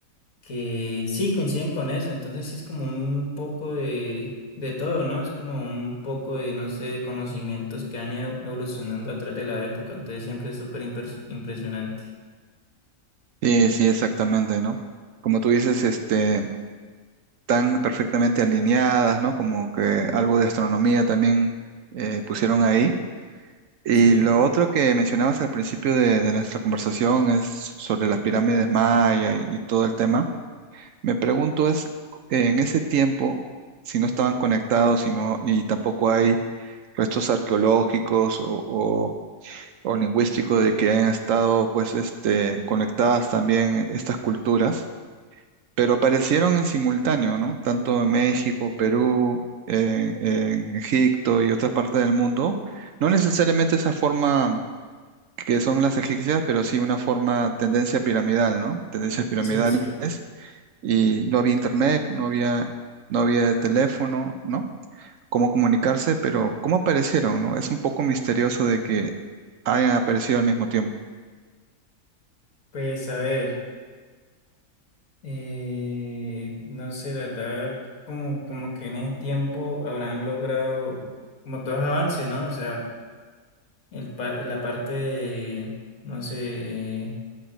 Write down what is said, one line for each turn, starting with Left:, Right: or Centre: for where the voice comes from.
Left: que sí coinciden con eso, entonces sí es como un poco de, de todo, ¿no? Es como un poco de, no sé, de conocimientos que han ido evolucionando a través de la época, entonces siempre es súper impres- impresionante.
Right: Sí, sí, exactamente, ¿no? Como tú dices, este, tan perfectamente alineadas, ¿no? Como que algo de astronomía también eh, pusieron ahí. Y
Left: Sí.
Right: lo otro que mencionabas al principio de, de nuestra conversación es sobre las pirámides maya y, y todo el tema. Me pregunto es, en ese tiempo, si no estaban conectados, si no, y tampoco hay restos arqueológicos o, o lingüístico de que hayan estado pues este, conectadas también estas culturas, pero aparecieron en simultáneo, ¿no? Tanto en México, Perú, en, en Egipto y otras partes del mundo. No necesariamente esa forma que son las egipcias, pero sí una forma, tendencia piramidal, ¿no? Tendencias piramidales.
Left: Sí, sí.
Right: Y no había internet, no había, no había teléfono, ¿no? Cómo comunicarse, pero cómo aparecieron, ¿no? Es un poco misterioso de que hayan aparecido al mismo tiempo.
Left: Pues a ver, eh, no sé, la verdad, como, como que en ese tiempo habrán logrado como todos avances, ¿no? O sea, el, pa- la parte de, no sé,